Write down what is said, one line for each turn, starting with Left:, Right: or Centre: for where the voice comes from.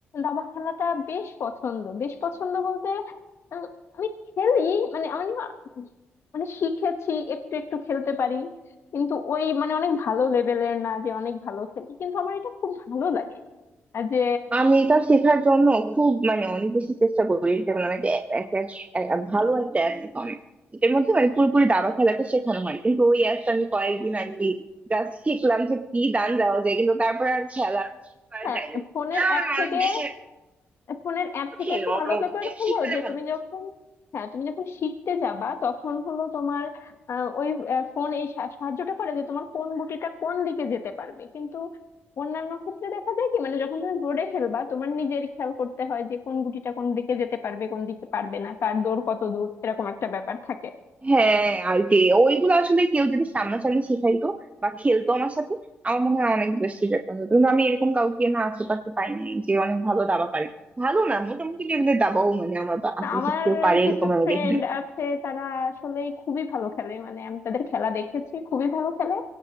Left: দাবা খেলাটা বেশ পছন্দ বেশ পছন্দ বলতে আহ, আমি খেলি মানে আমি না মানে শিখেছি একটু একটু খেলতে পারি কিন্তু ওই মানে অনেক ভালো লেভেলের না যে অনেক ভালো খেলি কিন্তু আমার এটা খুব ভালো লাগে আর যে
Right: আমি এটা শেখার জন্য খুব মানে অনেক বেশি চেষ্টা করি যেমন আমি একটা একটা- একটা শ- এ- এ- ভালো একটা অ্যাপ আছে অনেক এটার মধ্যে মানে পুরোপুরি দাবা খেলাটা শেখানো হয় কিন্তু ওই অ্যাপটা আমি কয়েকদিন আর কি জাস্ট শিখলাম যে কি দান দেওয়া যায় কিন্তু তারপর আর খেলার করা
Left: হ্যাঁ
Right: যায়নি
Left: ফোনের
Right: এটা
Left: অ্যাপ
Right: আমি
Left: থেকে
Right: অনেক বেশি
Left: ফোনের অ্যাপ
Right: কঠিন
Left: থেকে একটা
Right: মোটামুটি
Left: ভালো ব্যাপার
Right: কেউ
Left: হলো
Right: শিখালে
Left: যে
Right: ভালো
Left: তুমি যখন হ্যাঁ তুমি যখন শিখতে যাবা তখন হলো তোমার আহ, ওই ফোন এই সা- সাহায্যটা করে যে তোমার কোন গুটিটা কোন দিকে যেতে পারবে কিন্তু অন্যান্য ক্ষেত্রে দেখা যায় কি মানে যখন তুমি বোর্ডে খেলবা তোমার নিজের খেয়াল করতে হয় যে কোন গুটিটা কোন দিকে যেতে পারবে কোন দিকে পারবে না কার দৌড় কত দূর এরকম একটা ব্যাপার থাকে
Right: হ্যাঁ আর কি ওইগুলো আসলে কেউ যদি সামনাসামনি শেখাইতো বা খেলতো আমার সাথে আমার মনে হয় অনেক বেশি বেটার হতো কিন্তু আমি এরকম কাউকে না আশেপাশে পাইনি যে অনেক ভালো দাবা পারে ভালো না মোটামুটি লেভেলের দাবাও মানে আমার বা- আশেপাশে
Left: না, আমার
Right: কেউ পারে
Left: কিছু
Right: এরকম আমি
Left: ফ্রেন্ড
Right: দেখিনি
Left: আছে তারা আসলে খুবই ভালো খেলে মানে আমি তাদের খেলা দেখেছি খুবই ভালো খেলে